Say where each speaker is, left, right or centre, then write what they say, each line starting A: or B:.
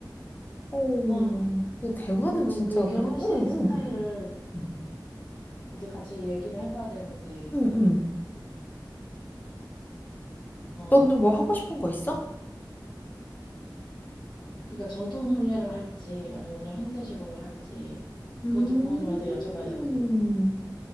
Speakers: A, on the left; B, on the left.
A: 오,
B: 아,
A: 근데 대화는
B: 그리고
A: 진짜
B: 그
A: 무슨,
B: 결혼식
A: 응,
B: 스타일을
A: 응.
B: 이제 같이 얘기를 해봐야 되는데,
A: 응, 응.
B: 어,
A: 너는 뭐 하고 싶은 거 있어?
B: 그러니까 전통 혼례를 할지, 아니면 그냥 현대식으로 할지,
A: 음,
B: 그것도 부모님한테 여쭤봐야 되거든.